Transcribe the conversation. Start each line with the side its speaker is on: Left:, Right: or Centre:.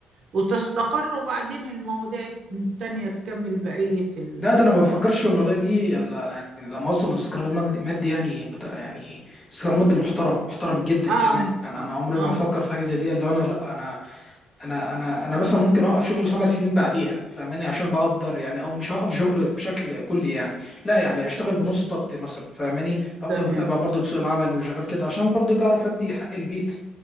Right: وتستقر وبعدين المواضيع التانية تكمل بقية ال
Left: لا ده انا ما بفكرش في الموضوع دي الا أنا لما اوصل لاستقرار مادي مادي يعني مت- يعني استقرار مادي محترم محترم جدا
Right: اه
Left: كمان انا انا عمري
Right: اه
Left: ما هفكر في حاجه زي دي الا انا لا انا انا انا انا مثلا ممكن اوقف شغل خمس سنين بعديها فاهماني عشان بقدر يعني او مش هوقف شغل بشكل كلي يعني لا يعني اشتغل بنص طاقتي مثلا فاهماني افضل
Right: تمام
Left: متابع برضك سوق العمل وشغال كده عشان برضك اعرف ادي حق البيت